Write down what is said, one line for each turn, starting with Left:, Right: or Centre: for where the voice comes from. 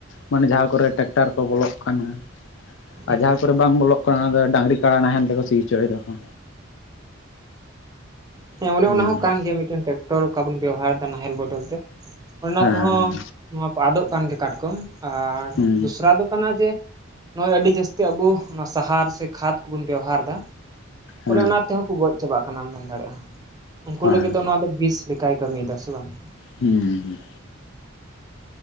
Left: ᱢᱟᱱᱮ ᱡᱟᱦᱟᱸ ᱠᱚᱨᱮ ᱴᱨᱮᱠᱴᱟᱨ ᱠᱚ ᱵᱚᱞᱚᱜ ᱠᱟᱱᱟ
Right: ᱦᱩᱸ
Left: ᱟᱨ ᱡᱟᱦᱟᱸ
Right: ᱦᱩᱸ
Left: ᱠᱚᱨᱮ ᱵᱟᱝ ᱵᱚᱞᱚᱜ ᱠᱚᱱᱟ ᱫᱚ ᱰᱟᱝᱨᱤ ᱠᱟᱬᱟ ᱱᱟᱦᱮᱞ ᱛᱮᱠᱚ ᱥᱤ ᱦᱚᱪᱚᱭ ᱫᱟ ᱠᱚ᱾
Right: ᱦᱮᱸ
Left: ᱦᱩᱸ
Right: ᱚᱱᱮ ᱚᱱᱟ ᱦᱚ ᱠᱟᱱ ᱜᱮᱭᱟ ᱢᱤᱫᱴᱮᱱ ᱛᱮ ᱴᱚᱨ ᱚᱠᱟ ᱵᱚᱱ ᱵᱮᱣᱦᱟᱨ ᱮᱫᱟ ᱱᱟᱦᱮᱞ ᱵᱚᱫᱚᱞ ᱛᱮ ᱚᱱᱟ
Left: ᱦᱮᱸ
Right: ᱛᱮᱦᱚᱸ ᱱᱚᱣᱟ ᱠᱚ ᱟᱫᱚᱜ ᱠᱟᱱ ᱜᱮ ᱠᱟᱴᱠᱚᱢ ᱟᱨ
Left: ᱦᱩᱸ
Right: ᱫᱚᱥᱨᱟ ᱡᱮ ᱱᱚᱜᱚᱭ ᱟᱹᱰᱤ ᱡᱟᱥᱛᱤ ᱟᱵᱚ ᱱᱚᱣᱟ ᱥᱟᱦᱟᱨ ᱥᱮ ᱠᱷᱟᱫ ᱠᱚᱵᱩᱱ ᱵᱮᱣᱦᱟᱨ ᱮᱫᱟ᱾
Left: ᱦᱮᱸ
Right: ᱚᱱᱮ ᱚᱱᱟ ᱛᱮᱦᱚᱸ ᱠᱚ ᱜᱚᱡ ᱪᱟᱵᱟᱜ ᱠᱟᱱᱟ ᱢᱮᱱ ᱫᱟᱲᱮᱭᱟᱜ-ᱟ᱾ ᱩᱱᱠᱩ
Left: ᱦᱮᱸ
Right: ᱞᱟᱹᱜᱤᱫ ᱫᱚ ᱱᱚᱣᱟ ᱫᱚ ᱵᱤᱥ ᱠᱟᱭ ᱠᱟᱹᱢᱤᱭᱮᱫᱟ ᱥᱮ ᱵᱟᱝ᱾
Left: ᱦᱩᱸᱦᱩᱸ᱾